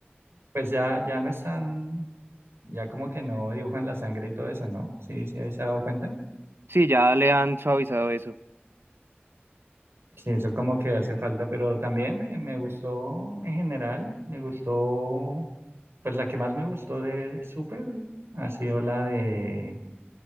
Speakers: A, on the right (about 90°); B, on the right (about 70°).
A: pues ya, ya no están, ya como que no dibujan la sangre y todo eso, ¿no? Sí, sí, ahí se ha dado cuenta.
B: Sí, ya le han suavizado eso.
A: Sí, eso como que hace falta, pero también me, me gustó en general, me gustó, pues la que más me gustó de Super ha sido la de